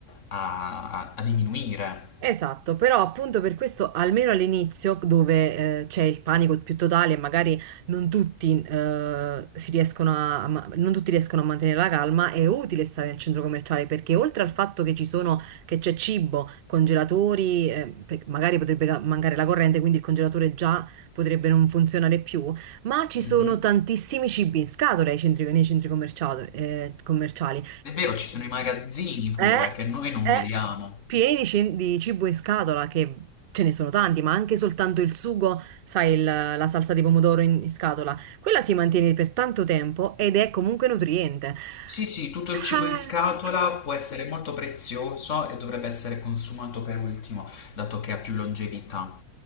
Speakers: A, on the left; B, on the right.
A: a a- a diminuire.
B: Esatto, però appunto per questo, almeno all'inizio, dove eh, c'è il panico più totale e magari non tutti, eh, si riescono a, a ma- non tutti riescono a mantenere la calma, è utile stare nel centro commerciale perché oltre al fatto che ci sono, che c'è cibo, congelatori, eh, pe- magari potrebbe ca- mancare la corrente, quindi il congelatore già potrebbe non funzionare più, ma ci
A: Mhm.
B: sono tantissimi cibi in scatola ai centri- nei centri commerciali, eh, commerciali.
A: È vero, ci sono i magazzini pure
B: Eh,
A: che noi non
B: eh,
A: vediamo.
B: pieni di, cin- di cibo in scatola, che ce ne sono tanti, ma anche soltanto il sugo, sai, il- la salsa di pomodoro in, in scatola, quella si mantiene per tanto tempo ed è comunque nutriente.
A: Sì, sì, tutto
B: Ah,
A: il cibo in scatola può essere molto prezioso e dovrebbe essere consumato per ultimo, dato che ha più longevità.